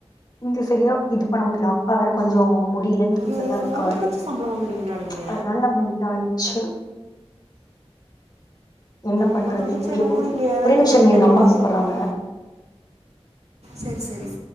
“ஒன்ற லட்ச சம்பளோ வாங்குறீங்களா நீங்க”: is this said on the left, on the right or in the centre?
Right